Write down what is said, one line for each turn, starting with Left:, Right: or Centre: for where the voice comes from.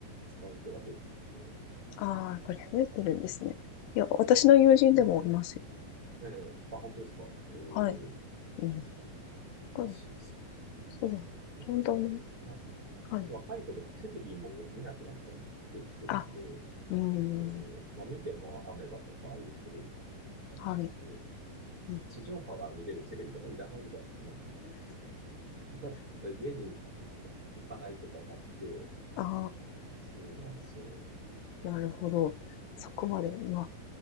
Right: 使う人が増えてきたんで、
Left: ああ、やっぱり増えてるんですね。
Right: うん、
Left: いや、私の友人でもいますよ。
Right: そう、ええあ、本当ですか。うーん
Left: はい。うん。はい、
Right: 嬉しいですね。
Left: そう。
Right: 結構ね、
Left: 本当ね。
Right: なんか、
Left: はい。
Right: 若い子とかテレビも見なくなっちゃってきてるんで、
Left: あ、うーん、
Right: そう。まあ見てもアメバとかああいうテレビになっちゃうんで、
Left: はい、うん、
Right: 地上波が見れるテレビとかいらないみたいなんですよね、もう。だから家に行かないとかもあって、
Left: あ
Right: そうなんですよ。
Left: あ、なるほど。そこまで、まあ、